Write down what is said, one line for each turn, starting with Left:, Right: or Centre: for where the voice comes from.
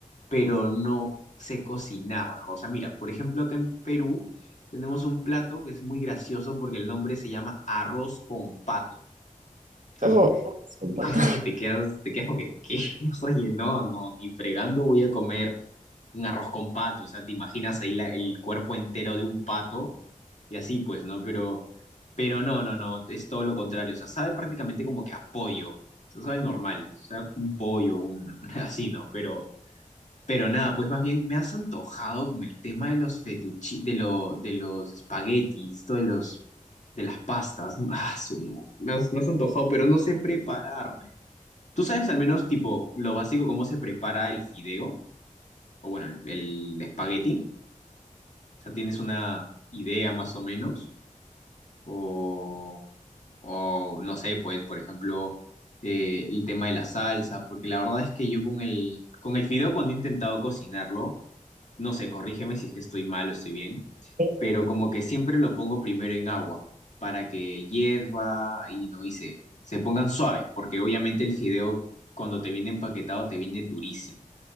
Left: pero no sé cocinar, ¿no? O sea, mira, por ejemplo, acá en Perú tenemos un plato que es muy gracioso porque el nombre se llama arroz con pato. Entonces,
Right: Oh, es un pato.
Left: como que te quedas, te quedas como que, ¿qué? <laughs> Oye, no, no, ni fregando voy a comer un arroz con pato, o sea, te imaginas ahí la- el cuerpo entero de un pato y así, pues, ¿no? Pero, pero no, no, no, es todo lo contrario, o sea, sabe prácticamente como que a pollo, o sea, sabe normal, o sea, un pollo, un, <laughs> así, ¿no? Pero, pero nada, pues más bien me has antojado con el tema de los fetuchi, de lo, de los espaguetis, esto de los, de las pastas, <laughs> ah, su- no, me has, me has antojado, pero no sé prepararme. ¿Tú sabes al menos, tipo, lo básico, cómo se prepara el fideo? O bueno, el, el espagueti. O sea, ¿tienes una idea más o menos? O, o no sé, pues, por ejemplo, eh, el tema de la salsa. Porque la verdad es que yo con el, con el fideo, cuando he intentado cocinarlo, no sé, corrígeme si es que estoy mal o estoy bien,
Right: <laughs>
Left: pero como que siempre lo pongo primero en agua para que hierva y no, y se, se pongan suaves. Porque obviamente el fideo, cuando te viene empaquetado, te viene durísimo.